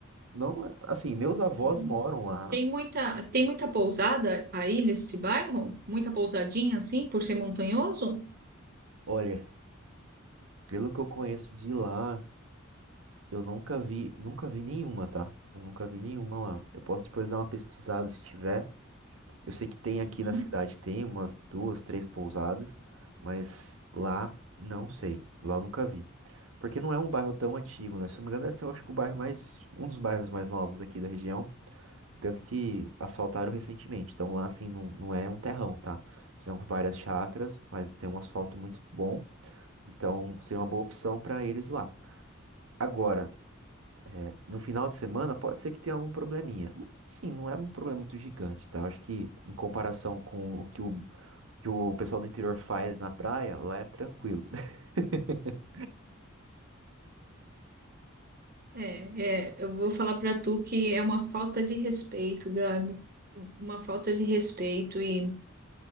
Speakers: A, on the right; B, on the right.
A: Não, assim, meus avós
B: Uhum.
A: moram lá.
B: Tem muita, tem muita pousada aí nesse bairro? Muita pousadinha assim, por ser montanhoso?
A: Olha, pelo que eu conheço de lá, eu nunca vi, nunca vi nenhuma, tá? Eu nunca vi nenhuma lá. Eu posso depois dar uma pesquisada se tiver. Eu sei que tem
B: Uhum.
A: aqui na cidade, tem umas duas, três pousadas, mas lá não sei. Lá eu nunca vi. Porque não é um bairro tão antigo, né? Se eu não me engano, deve ser, eu acho que o bairro mais, um dos bairros mais novos aqui da região. Tanto que asfaltaram recentemente. Então lá, assim, não, não é um terrão, tá? São várias chácaras, mas tem um asfalto muito bom. Então seria uma boa opção para eles lá. Agora, é, no final de semana, pode ser que tenha algum probleminha. Mas, sim, não é um problema muito gigante, tá? Eu acho que, em comparação com o que o que o pessoal do interior faz na praia, lá é tranquilo. <laughs>
B: É, é, eu vou falar para tu que é uma falta de respeito, Gabi. Uma falta de respeito e